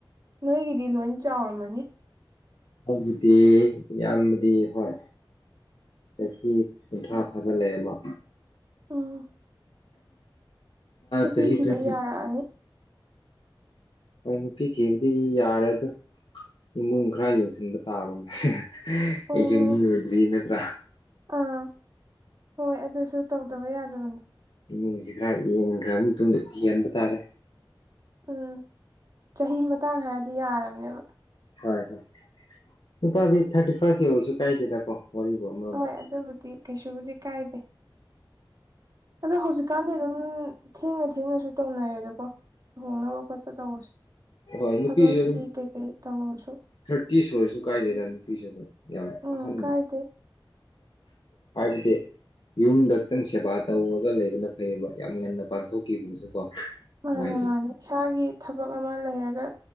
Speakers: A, on the right (about 45°); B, on the left (about 65°).
A: ꯅꯣꯏꯒꯤꯗꯤ ꯂꯣꯏ ꯆꯥꯎꯔꯝꯃꯅꯤ
B: ꯑꯩꯒꯤꯗꯦ ꯌꯝꯕꯗꯤ ꯍꯣꯏ ꯆꯍꯤ ꯀꯨꯟꯊ꯭ꯔꯥ ꯐꯥꯖꯤꯜꯂꯛꯑꯦ ꯑꯃ
A: ꯎꯝ ꯅꯨꯄꯤ
B: ꯆꯍꯤ
A: ꯊꯤꯕ
B: ꯇ꯭ꯋꯦꯟꯇꯤ
A: ꯌꯥꯔꯛꯑꯅꯤ
B: ꯍꯣꯏ ꯅꯨꯄꯤ ꯊꯤꯕꯗꯤ ꯌꯥꯔꯦ ꯑꯗꯣ ꯏꯃꯨꯡ ꯈꯔ ꯌꯦꯡꯁꯤꯟꯕ ꯇꯥꯕ ꯃꯥ ꯑꯩꯁꯦ
A: ꯑꯣ
B: ꯃꯤꯅ ꯑꯣꯏꯗꯣꯏꯅꯤ ꯅꯠꯇ꯭ꯔꯥ
A: ꯑꯥ ꯍꯣꯏ ꯑꯗꯨꯁꯨ ꯇꯧꯗꯕ ꯌꯥꯗꯕꯅꯤ
B: ꯏꯃꯨꯡꯁꯤ ꯈꯔ ꯌꯦꯡꯈ꯭ꯔꯕ ꯃꯇꯨꯡꯗ ꯊꯤꯍꯟꯕ ꯇꯥꯔꯦ
A: ꯎꯝ ꯆꯍꯤ ꯃꯇꯥꯡ ꯍꯥꯏꯔꯗꯤ ꯌꯥꯔꯕꯅꯦꯕ
B: ꯍꯣꯏ ꯍꯣꯏ ꯅꯨꯨꯄꯥꯗꯤ ꯊꯥꯔꯇꯤ ꯐꯥꯏꯚ ꯌꯧꯔꯁꯨ ꯀꯥꯏꯗꯦꯗꯀꯣ ꯋꯥꯔꯤꯕꯨ ꯑꯃꯔꯣꯝꯗ
A: ꯍꯣꯏ ꯑꯗꯨꯕꯨꯗꯤ ꯀꯩꯁꯨꯕꯨꯗꯤ ꯀꯥꯏꯗꯦ ꯑꯗꯣ ꯍꯧꯖꯤꯛꯀꯥꯟꯗꯤ ꯑꯗꯨꯝ ꯊꯦꯡꯅ ꯊꯦꯡꯅꯁꯨ ꯇꯧꯅꯔꯦꯗꯀꯣ ꯂꯨꯍꯣꯡꯅꯕ ꯈꯣꯠꯄ ꯇꯧꯔꯁꯨ
B: ꯍꯣꯏ ꯅꯨꯄꯤꯁꯨ
A: ꯊꯕꯛꯀꯤ
B: ꯑꯗꯨꯝ
A: ꯀꯩꯀꯩ ꯇꯧꯔꯁꯨ
B: ꯊꯥꯔꯇꯤ ꯁꯨꯔꯁꯨ ꯀꯥꯏꯗꯦꯗ ꯅꯨꯄꯤꯁꯦ ꯑꯗꯨꯝ ꯌꯥꯝ
A: ꯎꯝ
B: ꯑꯍꯟ
A: ꯀꯥꯏꯗꯦ
B: ꯍꯥꯏꯕꯗꯦ ꯌꯨꯝꯗ ꯈꯤꯇꯪ ꯁꯦꯕꯥ ꯇꯧꯔꯒ ꯂꯩꯕꯅ ꯐꯩꯌꯦꯕ ꯌꯥꯝ ꯉꯟꯅ ꯄꯥꯟꯊꯣꯛꯈꯤꯕꯗꯨꯁꯨ ꯀꯣ
A: ꯃꯥꯅꯦ
B: ꯅꯨꯡꯉꯥꯏꯇꯦ
A: ꯃꯥꯅꯦ ꯏꯁꯥꯒꯤ ꯊꯕꯛ ꯑꯃ ꯂꯩꯔꯒ